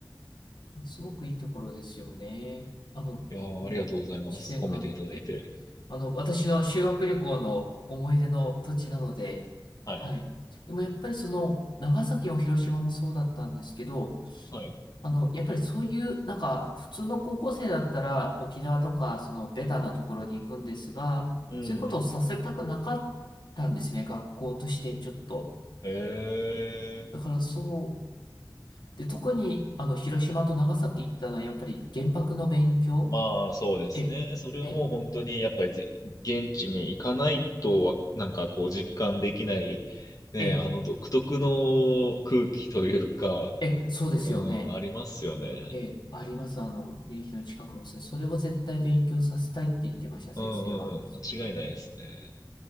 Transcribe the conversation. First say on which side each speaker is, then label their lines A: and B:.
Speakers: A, on the left (about 85°); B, on the left (about 50°).
A: すごくいいところですよね。あの、
B: いやー、
A: うん、
B: ありがとうございます。
A: 自然があって。
B: 褒めていただいて。
A: あの、私の修学旅行の思い出の土地なので、
B: はい。
A: はい。でもやっぱりその、長崎も広島もそうだったんですけど、
B: はい。
A: あの、やっぱりそういう、なんか、普通の高校生だったら沖縄とか、そのベタなところに行くんですが、
B: うんうんうん。
A: そういうことをさせたくなかったんですね、学校としてちょっと。
B: えー、
A: だからそう、で、特に、あの、広島と長崎行ったのは、やっぱり原爆の勉強、
B: まあそうですね。
A: え、
B: それはもう本当にやっぱりぜ現地に行かないとわ、
A: え、
B: なんかこう実感できない、ね、
A: え、
B: あの独特の空気というか、
A: え、そうですよね。
B: うん、ありますよね。
A: え、あります。あの、慰霊碑の近くもそれ、それを絶対勉強させたいって言ってました、先生は。
B: うんうんうん。間違いないですね。